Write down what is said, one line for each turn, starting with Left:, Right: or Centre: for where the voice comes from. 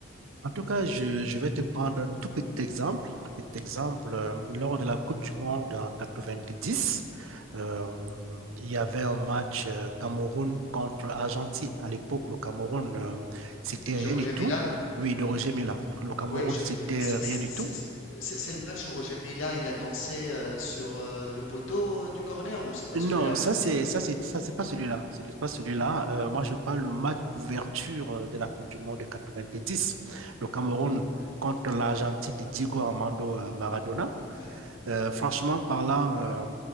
Right: En tout cas, je, je vais te prendre un tout petit exemple. Un tout petit exemple, euh, lors de la Coupe du Monde en 90, euh, il y avait un match euh, Cameroun contre Argentine. À l'époque, le Cameroun, euh, c'était
Left: Je
Right: rien
Left: Roger
Right: du tout.
Left: Mila.
Right: Oui, de Roger Mila. Le Cameroun,
Left: Oui, je-
Right: c'était
Left: c'est
Right: rien
Left: c'est-
Right: du tout.
Left: c'est- c'est- c'est le match où Roger Mila il a dansé euh, sur euh, le poteau euh, du corner ou c'est pas
Right: Non,
Left: celui-là?
Right: ça c'est ça c'est ça c'est pas celui-là. C'est pas celui-là. Euh, moi, je parle le match d'ouverture euh, de la Coupe du Monde de dix Le Cameroun contre l'Argentine de Diego Armando euh, Maradona.
Left: Mhm,
Right: Euh, franchement parlant, euh,